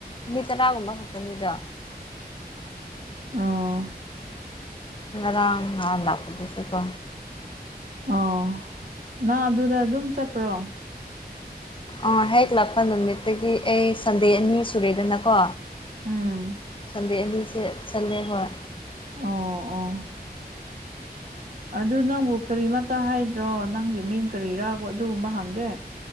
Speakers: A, on the left; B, on the right.
A: ꯃꯤ ꯇꯔꯥꯒꯨꯝꯕ ꯈꯛꯇꯪꯅꯤꯗ
B: ꯑꯣ
A: ꯔꯥꯡ ꯉꯥꯟ ꯂꯄꯨꯗꯤꯁꯨꯀꯣ
B: ꯑꯣ ꯅꯪ ꯑꯗꯨꯗ ꯑꯗꯨꯝ ꯆꯠꯄ꯭ꯔꯣ
A: ꯑꯥ ꯍꯦꯛ ꯂꯥꯛꯄ ꯅꯨꯃꯤꯠꯇꯒꯤ ꯑꯩ ꯁꯟꯗꯦ ꯑꯅꯤ ꯁꯨꯔꯦꯗꯅꯀꯣ
B: ꯎꯝ
A: ꯁꯟꯗꯦ ꯑꯂꯤꯁꯦ ꯁꯟꯗꯦ ꯍꯣꯏ
B: ꯑꯣ ꯑꯣ ꯑꯗꯨ ꯅꯪꯕꯨ ꯀꯔꯤꯃꯇ ꯍꯥꯏꯗ꯭ꯔꯣ ꯅꯪꯒꯤ ꯃꯤꯡ ꯀꯔꯤꯔꯥ ꯑꯗꯨꯒꯨꯝꯕ ꯍꯪꯗꯦ